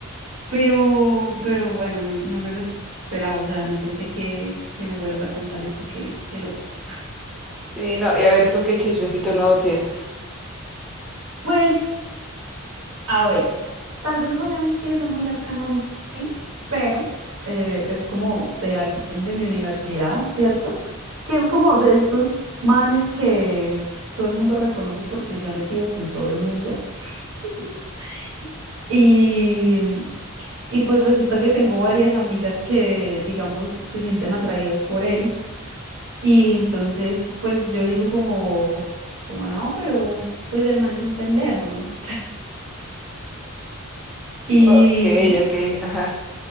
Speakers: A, on the right; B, in the centre.
A: Pero, pero bueno, no, no me lo esperaba, o sea, no pensé que, que me fueras a contar esto, qué, qué loco.
B: Sí, no, y a ver, ¿tú qué chismecito nuevo tienes?
A: Pues A ver, tal vez no sea un chisme muy cercano a mí, pero eh, es como de alguien de mi universidad, ¿cierto? Que es como de estos manes que todo el mundo reconoce porque se ha metido con todo el mundo. <laughs> Y, y pues resulta que tengo varias amigas que, digamos, se sienten atraídas por él. Y entonces, pues yo digo como, como no, pero pues el man es un pendejo, ¿no? Y
B: Ok, ok, ajá.